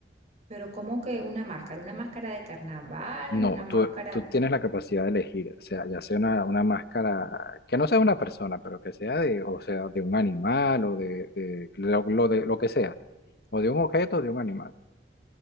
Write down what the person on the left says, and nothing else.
No,
tú, tú tienes la capacidad de elegir, o sea, ya sea una, una máscara, que no sea una persona, pero que sea de, o sea, de un animal o de, de lo, lo de lo que sea, o de un objeto o de un animal.